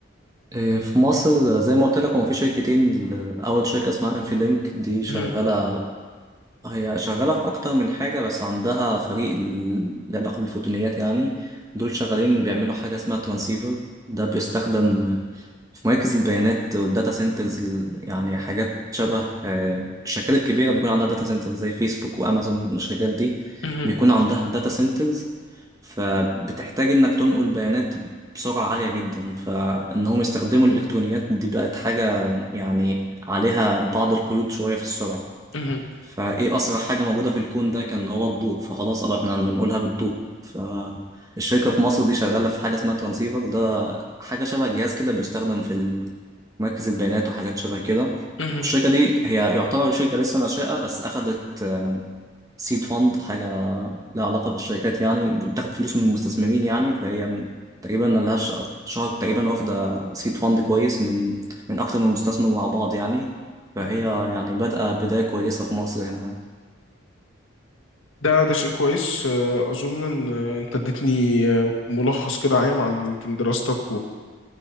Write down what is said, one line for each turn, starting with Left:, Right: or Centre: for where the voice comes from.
Right: إيه، في مصر زي ما قلت لك هو في شركتين ال- اول شركة اسمها انفي لينك دي شغالة
Left: مهم.
Right: هي شغالة في أكتر من حاجة بس عندها فريق ال- له علاقة بالفوتونيات يعني دول شغالين بيعملوا حاجة اسمها ترانسيفر ده بيستخدم في مراكز البيانات والداتا سنترز يعني حاجات شبه آه، الشركات الكبيرة بيكون عندها داتا سنترز زي فيسبوك وأمازون الشركات دي
Left: مهم.
Right: بيكون عندها داتا سنترز فبتحتاج إنك تنقل بيانات بسرعة عالية جدا فإنهم يستخدموا الإلكترونيات دي بقت حاجة يعني عليها بعض القيود شوية في السرعة
Left: مهم.
Right: فايه اسرع حاجه موجوده في الكون ده كان هو الضوء فخلاص قالوا احنا هنقولها بالضوء فالشركه في مصر دي شغاله في حاجه اسمها ترانسيفر ده حاجه شبه جهاز كده بيستخدم في ال- مركز البيانات وحاجات شبه كده
Left: مهم.
Right: والشركه دي هي يعتبر شركه لسه ناشئه بس اخدت سيد فند حاجه لها علاقه بالشركات يعني بتاخد فلوس من المستثمرين يعني فهي م- تقريبا ملهاش شهر تقريبا واخده سيد فند كويس من من اكتر من مستثمر مع بعض يعني فهي
Left: مهم.
Right: يعني بادئة بداية كويسة في مصر هنا
Left: ده ده شيء كويس آه، أظن إن أنت اديتني آه، ملخص كده عام عن يمكن دراستك